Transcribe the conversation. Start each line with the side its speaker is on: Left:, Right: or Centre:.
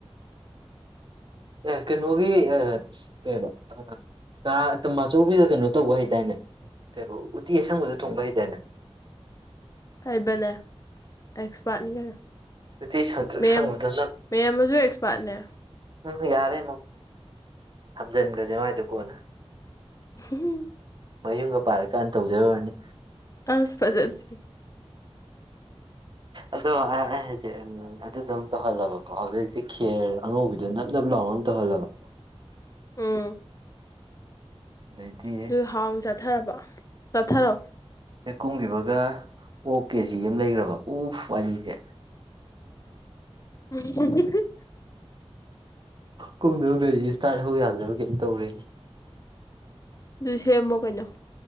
Right: ꯑꯦ ꯀꯩꯅꯣ
Left: ꯍꯥꯏꯕꯅꯦ ꯑꯦꯛꯁꯄꯥꯔꯠꯅꯤ ꯀꯩꯅꯣ
Right: ꯎꯇꯤ ꯁꯪꯇ꯭ꯔꯤꯛ
Left: ꯃꯦꯝ
Right: ꯁꯪꯕꯗꯅ
Left: ꯃꯦꯝ ꯑꯃꯁꯨ ꯑꯦꯛꯁꯄꯥꯔꯠꯅꯦ
Right: ꯎꯝ ꯌꯥꯔꯦ ꯍꯟꯖꯟꯒꯔꯁꯦ ꯃꯥꯏꯗꯨ ꯀꯣꯟꯅ
Left: ꯍꯝ
Right: ꯃꯌꯨꯝꯒ ꯄꯥꯜꯂꯀꯥꯟꯗ ꯇꯧꯖꯔꯨꯨꯔꯅꯤ
Left: ꯑꯁ ꯐꯖꯗꯦ
Right: ꯑꯗꯣ ꯑꯩꯅ ꯍꯥꯏꯁꯦ ꯑꯗꯨꯗꯣ ꯇꯧꯍꯜꯂꯣꯕꯀꯣ ꯑꯗꯨꯏꯗꯤ ꯈꯦꯔ ꯑꯉꯧꯕꯤꯗꯨ ꯅꯞ ꯅꯞ ꯂꯥꯎ ꯇꯧꯍꯜꯂꯣꯕ
Left: ꯎꯝ
Right: ꯑꯗꯩꯗꯤ
Left: ꯑꯗꯨ ꯍꯥꯎꯅ ꯆꯠꯊꯔꯕ ꯇꯊꯔꯣ
Right: ꯍꯦꯛ ꯀꯨꯝꯈꯤꯕꯒ ꯑꯣ ꯀꯦꯖꯤ ꯑꯃ ꯂꯩꯈ꯭ꯔꯕ ꯎ ꯋꯥꯔꯤꯗꯦ
Left: ꯎꯝ
Right: ꯀꯨꯝꯗꯧꯗꯔꯤ ꯏꯁꯇꯥꯔꯠ ꯍꯧ ꯌꯥꯗ꯭ꯔꯕ ꯀꯩꯝ ꯇꯧꯔꯦꯍꯦ
Left: ꯑꯗꯨ ꯁꯦꯝꯃꯣ ꯀꯩꯅꯣ